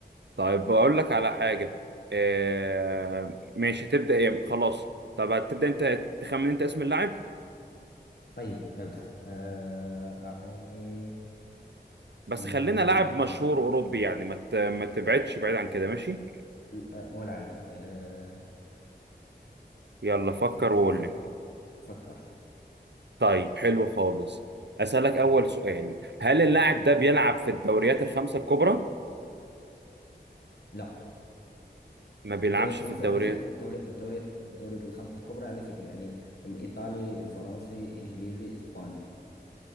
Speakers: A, on the right (about 80°); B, on the left (about 65°).
A: طيب بقول لك على حاجة آه ماشي هتبدأ يعني خلاص طب هتبدأ انت تخمن انت اسم اللاعب
B: طيب ابدأ آه، اعطيني
A: بس
B: مم،
A: خلينا لاعب مشهور أوروبي يعني ما ت- ما تبعدش بعيد عن كده ماشي
B: لا- ولا عليك آه،
A: يلا فكر
B: فك
A: وقول
B: فك
A: لي
B: فكرت
A: طيب حلو خالص أسألك أول
B: يلا
A: سؤال هل اللاعب ده بيلعب في الدوريات الخمسة الكبرى؟
B: لا
A: ما بيلعبش
B: الدوريات الخمسة
A: في الدوريات
B: على فكرة الدوري الدوريات الدوريات الخمسة الكبرى على فكرة يعني الإيطالي الفرنسي إنجليزي إسباني